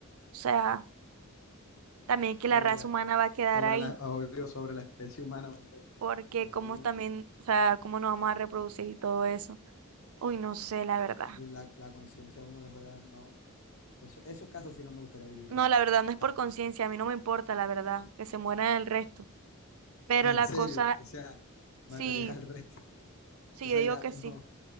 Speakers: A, on the right; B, on the left.
A: sea, también que
B: sobre
A: la raza
B: la,
A: humana va a quedar
B: sobre
A: ahí,
B: la, obvio, sobre la especie humana? Imagínate,
A: porque
B: es
A: como
B: algo,
A: también, o sea, cómo nos vamos a reproducir y todo eso. Uy, no sé, la verdad.
B: y la, la conciencia a uno le juega, no, eso- esos casos sí no me gustaría vivirlo
A: No,
B: a mí,
A: la verdad no es por
B: para
A: conciencia,
B: nada. <laughs>
A: a mí no me importa, la verdad, que se mueran el resto. Pero
B: En
A: la
B: serio,
A: cosa,
B: o sea, matarías
A: sí,
B: al resto.
A: Sí,
B: O sea,
A: yo digo
B: ya,
A: que sí.
B: no,